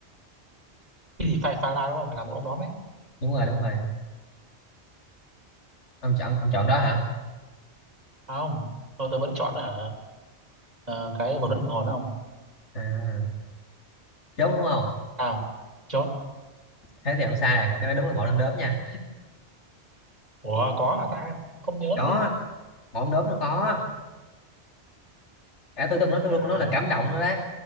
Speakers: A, on the right (about 35°); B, on the left (about 80°).
A: Cái gì Phai Pha La đúng không? Là một ông đóm ấy.
B: đúng rồi đúng rồi ông chọn ông chọn đó hả
A: À, không. Thôi tôi vẫn chọn hả? ờ, cái một đất kinh hồn đó không?
B: à, chốt đúng không
A: Sao? Chọn.
B: thế thì ông sai này nó đúng là mẫu đom đóm nha
A: Ủa có hả ta? Không nhớ
B: có
A: đấy.
B: mẫu đom đóm nó có cả tư tưởng
A: Ông
B: nó tôi
A: trời.
B: của nó là cảm động nữa đấy